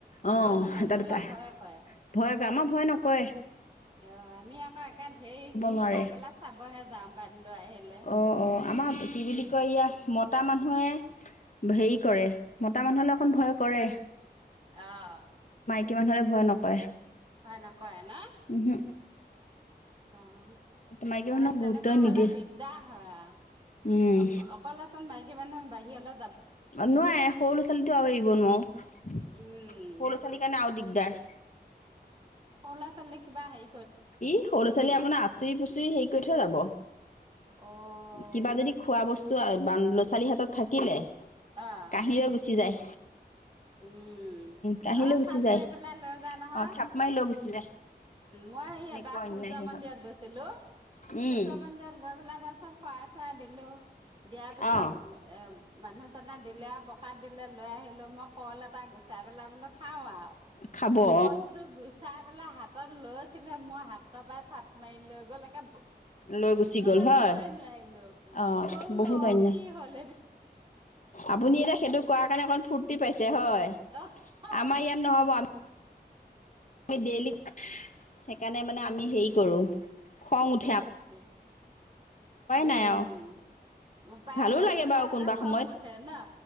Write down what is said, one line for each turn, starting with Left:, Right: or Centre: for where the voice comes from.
Left: আহ
Right: কতনো মানুহ
Left: এটা দুতা
Right: অলপ ভয়ে কৰে
Left: ভয় কয় আমাৰ ভয় নকয়
Right: অ আমি আকৌ একে ধেৰ গোট
Left: নোৱাৰে।
Right: খাই পেলাই চাবহে যাওঁ বান্দৰ আহিলে
Left: অ', অ', আমাৰ কি বুলি কয় ইয়া মতা মানুহে হেৰি কৰে মতা মানুহ লগ অকণ ভয় কৰে
Right: অঁ
Left: কি মানুহলে ভয় নকৰে
Right: হয় নকয়ে ন
Left: উহু
Right: অ
Left: মাইকী
Right: হয়
Left: মানুহক
Right: তেনেকুৱা
Left: গুৰুত্বই
Right: হলে
Left: নিদিয়ে।
Right: দিগদাৰ হয়
Left: উম,
Right: আৰু অ অকলেচোন মাইক কিমানোহ বাহিৰলে
Left: নোৱাৰে সৰু ল'ৰা ছোৱালীটো আৰু এৰিব নোৱাৰো সৰু
Right: উম
Left: ল'ৰা ছোৱালীৰ কাৰণে আৰু দিগদাৰ
Right: সৰ ললা চালে কিবা আহে
Left: ই সৰু ছোৱালী আপোনাৰ আচুৰি পুচুৰি হেৰি কৰি থৈ যাব
Right: অ
Left: কিবা যদি খোৱা বস্তু বাান ল' ছোৱালীহঁতৰ লগত থাকিলে
Right: অ',
Left: কাঁহীৰেও গুচি যায়।
Right: উম
Left: কাঁহীলৈ
Right: অ
Left: গুচি
Right: থাপ
Left: যায়
Right: মাৰি পেলাই লৈ যা নহয়
Left: অ থাপ মাৰি লৈ গুচি
Right: উম
Left: যায়
Right: মই স
Left: এনেকুৱা
Right: এবাৰ
Left: অন্যায়
Right: সূৰ্য
Left: সিহঁত
Right: মন্দিৰত গৈছিলো
Left: উম
Right: সূৰ্য মন্দিৰত গৈ পেলাই তত ত পিছত খোৱাই চাই দিলো দিয়াৰ পিছত
Left: অ
Right: এ মানুহ দিলে আৰু প্ৰসাদ, দিলে লৈ আহিলো মোক কল, এটা গুচাই পেলাই বোলে খাওঁ। আৰু
Left: খাব অ
Right: কলটো গুচাই পেলাই হাতত লৈছিলে মই হাতৰ পৰাাই থাপ মাৰি লৈ গ'ল একে
Left: লৈ গুচি
Right: তো
Left: গ'ল
Right: লাগিবই
Left: হয়
Right: নোৱাৰিলো
Left: অ
Right: মই বোলো
Left: বহুত
Right: অ
Left: অন্যায়
Right: কি হ'লে
Left: আপুনি এতিয়া সেইটো কৰ কাৰণে অকণ ফুৰৰ্ত পাইছে হয়
Right: অ', অ',
Left: আমাৰ ইয়াত নহ'ব আমি দেলি সেইকাৰণে মানে আমি হেৰি কৰো, খং উঠ
Right: অ এবয়া উম
Left: নাই আৰু
Right: উপায়
Left: ভালো
Right: নাই
Left: লাগে
Right: তেনেকুৱা
Left: বাৰু
Right: হলে
Left: কোনোবা
Right: খং
Left: সময়ত
Right: উঠে ন